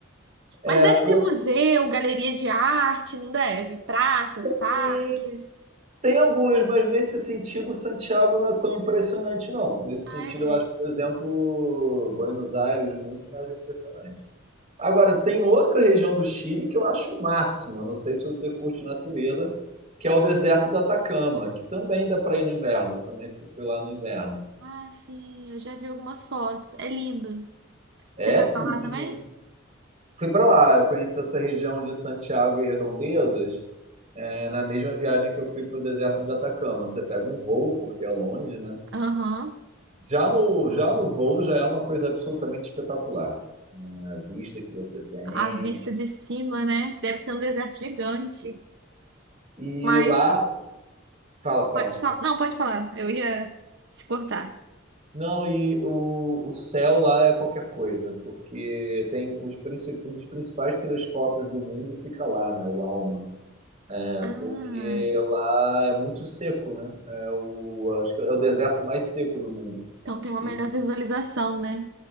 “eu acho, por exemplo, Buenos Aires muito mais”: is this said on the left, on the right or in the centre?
Right